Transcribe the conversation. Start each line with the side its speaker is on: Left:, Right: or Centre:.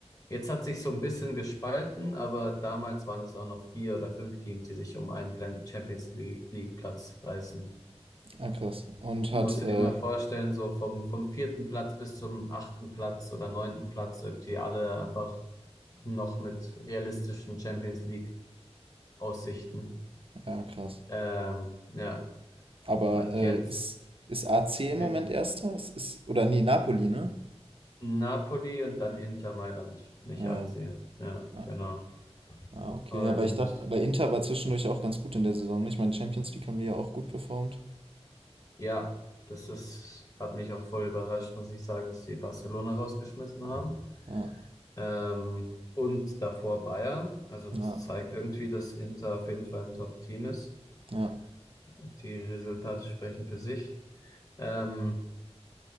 Left: Jetzt hat sich so ein bisschen gespalten, aber damals waren es auch noch vier oder fünf Teams, die sich um einen Plan- Champions League Platz reißen.
Right: Ah krass. Und
Left: Musst
Right: hat, äh,
Left: du dir mal vorstellen, so vom, vom vierten Platz bis zum achten Platz oder neunten Platz irgendwie alle einfach noch mit realistischen Champions League Aussichten.
Right: ja krass.
Left: Ähm, ja,
Right: Aber
Left: und
Right: äh,
Left: jetzt
Right: ist, ist AC im
Left: ja,
Right: Moment Erster? Es ist, oder nee, Napoli, ne?
Left: Napoli und dann Inter Mailand, nicht
Right: Naja.
Left: AC. Ja,
Right: Ah,
Left: genau.
Right: ah, okay.
Left: Und
Right: Aber ich dachte, aber Inter war zwischendurch auch ganz gut in der Saison. nicht? Ich meine, Champions League haben die ja auch gut performt.
Left: Ja, das ist, hat mich auch voll überrascht, muss ich sagen, dass sie Barcelona rausgeschmissen haben.
Right: Ja,
Left: Ähm, und davor Bayern. Also das
Right: ja,
Left: zeigt irgendwie, dass Inter auf jeden Fall ein Top-Team ist.
Right: ja.
Left: Die Resultate sprechen für sich. Ähm,